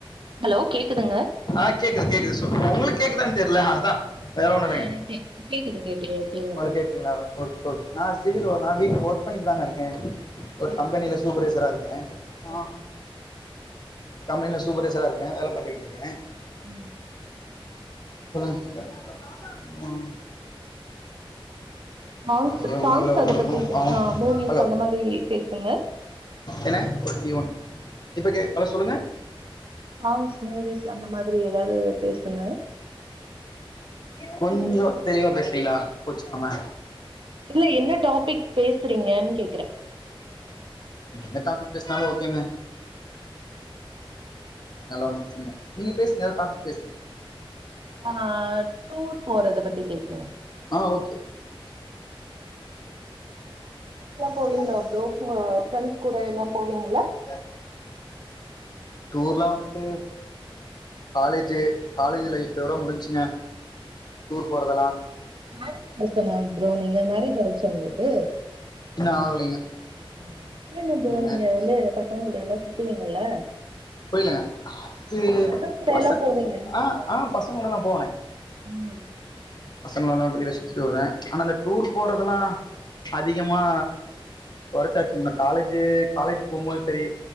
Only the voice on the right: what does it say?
ஹலோ கேக்குதுங்க
ஆ‌
எனக் கே கேக்குது கேக்குது ஓகேவா
தா இருக்கு
சேரி
ஓகே
ஓகே
ம்
சாங்ஸ்
சாங்ஸ்
அத பத்தி
ஆ மூவிஸ்
அந்த மாறி பேசங்க
சாங்ஸ் மூவிஸ் அந்த மாதிரி ஏதாவது பேசுங்க
இல்ல என்ன டாபிக் பேசுறீங்கன் கேக்குறே
ஆ டூர் போறத பத்தி பேசுங்க
எல்லா போவிங்ளா
ப்ரோ அ ஃப்ரெண்ட்ஸ் கூட எல்லா போவீங்ள
மேரேஜ் பர்சனா ப்ரோ நீங்க மேரேஜ் ஆயிடுச்சா உங்குளுக்கு
அப்றோ என்ன ப்ரோ
நீங்க வந்து இத பசங்க கூட எல்லா சுத்துவீங்கல்ல
பசங்க கூட
எல்லா போவீங்கல்ல
ம்